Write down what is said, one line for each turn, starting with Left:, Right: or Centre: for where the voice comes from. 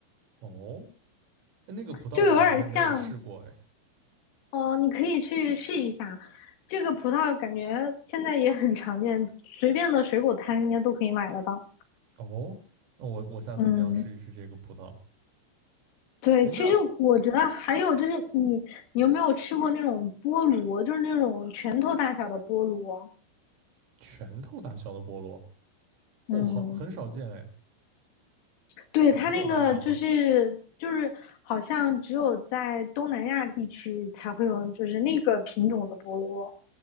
Right: 哦，哎那个葡萄我好像还没有试过，
Left: 就有点像
Right: 哎，
Left: 哦，你可以去试一下。这个葡萄感觉现在也很常见，随便的水果摊应该都可以买得到。
Right: 哦，那我我下次一定要试一试这个葡萄。
Left: 嗯，对，
Right: 哎，
Left: 其实我觉得还有就是你，
Right: 那
Left: 你有没有吃过那种菠萝，就是那种拳头大小的菠萝？
Right: 拳头大小的菠萝，
Left: 嗯，
Right: 哦，好，很少见，哎，
Left: 对，
Right: 拳头大小的，
Left: 它那个就是就是好像只有在东南亚地区才会有，就是那个品种的菠萝。